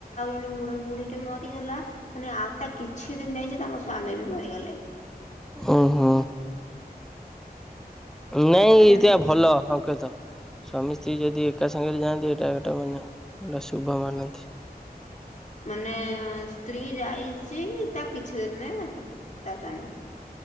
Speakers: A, on the left; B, in the centre.
A: ମେ ବୁଡିକି ବୁଢ ଟେ ମରିଗଲା ମାନେ ଆଉ ତା କିଛି ଦିନ ଯାଇଛି ତାଙ୍କ ସ୍ଵାମୀ ବି ମରିଗଲେ।
B: ଓହୋ ନାଇଁ
A: ସେମ
B: ଏଆ ଭଲ। କେଦ ସ୍ୱାମୀ ସ୍ତ୍ରୀ ଯଦି ଏକା ସାଙ୍ଗରେ ଯାଆନ୍ତି ଏଇଟା ଏଟା ମାନେ ଗଟା ଶୁଭ ମାନନ୍ତି।
A: ମାନେ ସ୍ତ୍ରୀ ଯାଇଛି ତା କିଛି ଦିନ ନା ତ ସା